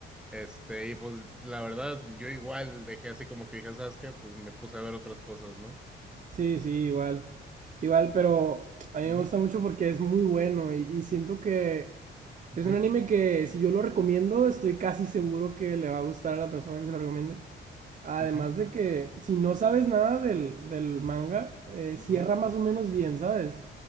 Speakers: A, in the centre; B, on the right.
A: Este, y pues la verdad, yo igual dejé así como que dije, ¿sabes qué? Pues me puse a ver otras cosas, ¿no?
B: sí, sí, igual. Igual, pero a mí
A: Ujú,
B: me gusta mucho porque es muy bueno y, y siento que
A: ujú,
B: es un anime que si yo lo recomiendo, estoy casi seguro que le va a gustar a la persona que se lo recomiende. Además
A: ujú.
B: de que si no sabes nada del, del manga, eh,
A: Ujú,
B: cierra más o menos bien, ¿sabes?